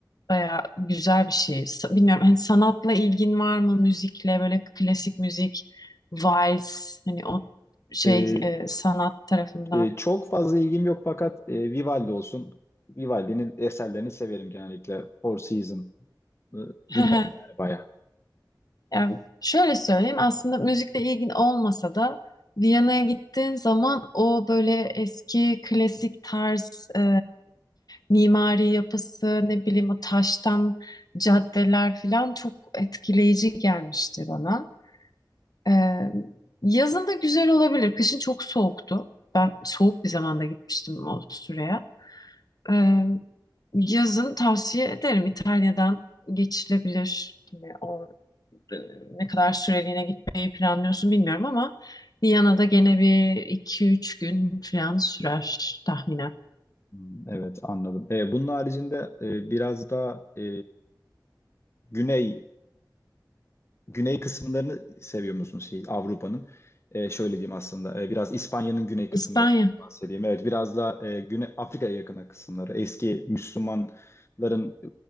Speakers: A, on the left; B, on the left.
A: bayağı güzel bir şehir. Sa- Bilmiyorum hani sanatla ilgin var mı? Müzikle böyle klasik müzik, vals hani o şey
B: E,
A: e, sanat tarafından.
B: e, çok fazla ilgim yok fakat e, Vivaldi olsun. Vivaldi'nin eserlerini severim genellikle. Four Seasons e,
A: <laughs>
B: dinlerim yani bayağı.
A: Yani şöyle söyleyeyim aslında müzikle ilgin olmasa da Viyana'ya gittiğin zaman o böyle eski klasik tarz e, mimari yapısı ne bileyim o taştan caddeler falan çok etkileyici gelmişti bana. E, yazın da güzel olabilir. Kışın çok soğuktu. Ben soğuk bir zamanda gitmiştim o süreye. E, yazın tavsiye ederim İtalya'dan geçilebilir yine oradan e, ne kadar süreliğine gitmeyi planlıyorsun bilmiyorum ama Viyana'da gene bir iki üç gün falan sürer tahminen.
B: Hmm, Evet anladım. E, bunun haricinde e, biraz da e, güney güney kısımlarını seviyor musun şey Avrupa'nın? E, şöyle diyeyim aslında e, biraz İspanya'nın güney kısımları
A: İspanya.
B: bahsedeyim. Evet biraz da e, Güney Afrika'ya yakın kısımları. Eski Müslümanların e,